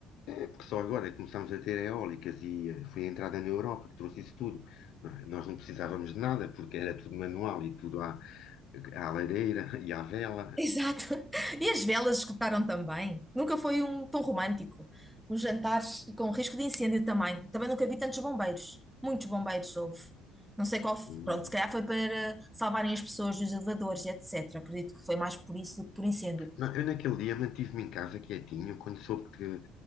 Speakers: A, on the left (about 60°); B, in the centre.
A: É porque só agora começámos a ter eólicas e eh, foi a entrada na Europa que trouxe isso tudo. Não é? Nós não precisávamos de nada porque era tudo manual e tudo à, à lareira e à vela.
B: Exato. <laughs> E as velas escutaram também. Nunca foi um tão romântico. Os jantares e com risco de incêndio também. Também nunca vi tantos bombeiros. Muitos bombeiros houve. Não sei qual. f-
A: Hum.
B: Pronto, se calhar foi para salvarem as pessoas dos elevadores, etc. Acredito que foi mais por isso do que por incêndio.
A: Não, eu naquele dia mantive-me em casa quietinho, quando soube que